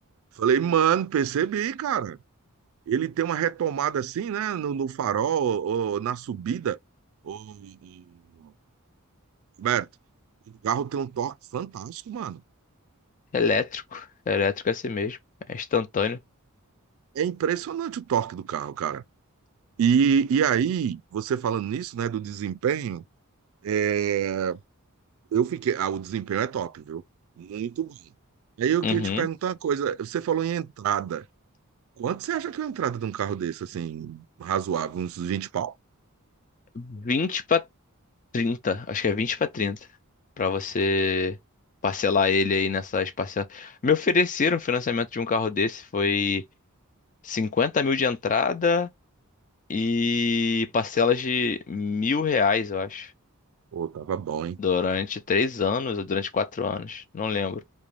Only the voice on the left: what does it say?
Elétrico. Elétrico é assim mesmo. É instantâneo.
Uhum.
20 para trinta, Acho que é 20 para trinta Pra você parcelar ele aí nessas parcelas. Me ofereceram o financiamento de um carro desse. Foi cinquenta mil de entrada e parcelas de mil reais, eu acho.
Durante três anos ou durante quatro anos, não lembro.